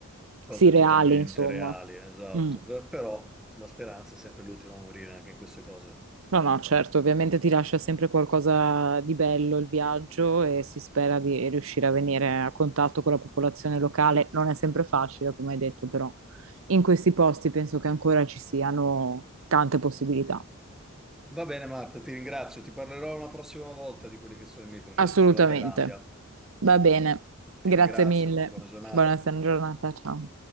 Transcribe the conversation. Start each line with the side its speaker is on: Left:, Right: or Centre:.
Centre: cose
Right: sì, reali,
Centre: totalmente
Right: insomma.
Centre: reali, esatto,
Right: Mm.
Centre: Per- però la speranza è sempre l'ultima a morire anche in queste cose.
Right: No, no, certo, ovviamente ti lascia sempre qualcosa di bello il viaggio e si spera di riuscire a venire a contatto con la popolazione locale. Non è sempre facile, come hai detto, però in questi posti penso che ancora ci siano tante possibilità.
Centre: Va bene, Matt, ti ringrazio. Ti parlerò una prossima volta di quelli che sono i miei progetti
Right: Assolutamente.
Centre: sulla Thailandia.
Right: Va bene.
Centre: Ti
Right: Grazie
Centre: ringrazio,
Right: mille.
Centre: buona giornata.
Right: Buona giornata, ciao.